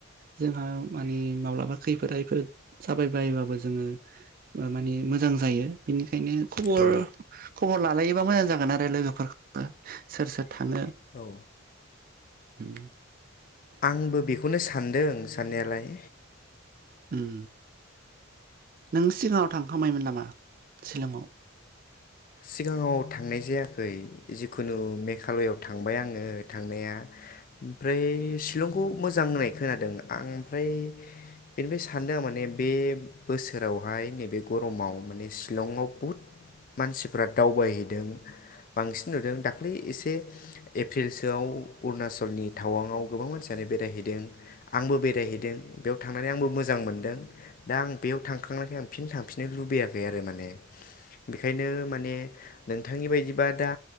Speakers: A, on the right; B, on the left.
A: जोंहा मानि माब्लाबा खैफोद आफोद जाबाय बायोबाबो जोङो मानि मोजां जायो बेनिखायनो खबर
B: औ
A: खबर लालायोबा मोजां जागोन आरो लोगोफोरखौ सोर सोर थांङो।
B: औ।
A: उम।
B: आंबो बेखौनो सान्दों साननायालाय।
A: ओम नों सिगाङाव थांखांबायमोन नामा सिलंआव?
B: सिगाङाव थांनाय जायाखै जिखुनु मेघालआव थांबाय आङो थांनाया। ओमफ्राय शिलंखौ मोजां होननाय खोनादों आं ओमफ्राय बेनिफ्राय सानदों आं माने बे बोसोरावहाय नैबे गरमाव माने शिलङाव बहुत। मानसिफ्रा दावबायहैदों बांसिन नुदों दाखाै एसे एप्रिलसोआव अरुणाचलनि टावांआव गोबां मानसियानो बेरायहैदों। आंबो बेरायहैदों बेयाव थांनानै आंबो मोजां मोनदों दा आं बेयाव थांखांनायखाय आं फिन थांफिननो लुबैयाखै आरो माने बेखायनो माने नोंथांनि बायदिबा दा